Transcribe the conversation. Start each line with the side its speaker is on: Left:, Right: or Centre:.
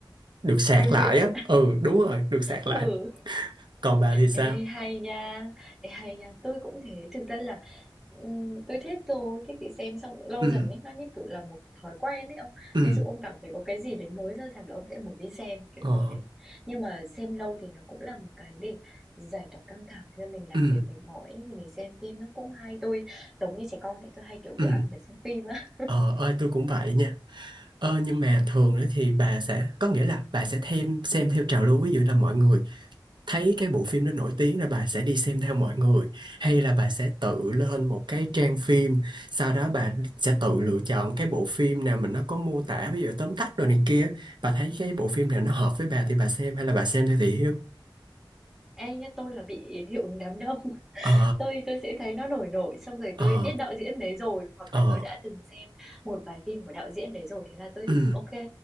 Right: được sạc
Centre: tôi luyện,
Right: lại á ừ đúng rồi được sạc lại
Centre: ừ.
Right: còn bà thì sao
Centre: Ê, hay nha, Ê, hay nha, tôi cũng thế. Thực ra là ừm, tôi thích thôi, thích thì xem xong cũng lâu
Right: ừ
Centre: dần ấy, nó như kiểu là một thói quen ấy ông.
Right: ừ
Centre: Ví dụ ông cảm thấy có cái gì đấy mới ra rạp là ông sẽ muốn đi xem, kiểu
Right: ờ
Centre: như thế. Nhưng mà xem lâu thì nó cũng là một cái để giải tỏa căng thẳng cho mình làm
Right: ừ
Centre: việc mệt mỏi ấy, thì mình xem phim nó cũng hay. Tôi giống như trẻ con ấy, tôi hay kiểu vừa
Right: ừ
Centre: ăn vừa xem phim á.
Right: ờ ơi tôi cũng vậy nha ờ nhưng mà thường đó thì bà sẽ có nghĩa là bà sẽ thêm xem theo trào lưu ví dụ là mọi người thấy cái bộ phim đó nổi tiếng là bà sẽ đi xem theo mọi người hay là bà sẽ tự lên một cái trang phim sau đó bà sẽ tự lựa chọn cái bộ phim nào mình nó có mô tả ví dụ tóm tắt rồi này kia bà thấy cái bộ phim nào nó hợp với bà thì bà xem hay là bà xem theo thị hiếu
Centre: Ê nhá, tôi là bị hiệu ứng đám đông.
Right: ờ
Centre: Tôi tôi sẽ thấy nó nổi nổi, xong rồi
Right: ờ
Centre: tôi biết đạo diễn đấy rồi, hoặc
Right: ờ
Centre: là tôi đã từng xem một vài phim của đạo diễn đấy rồi, thế là tôi
Right: ừ,
Centre: ok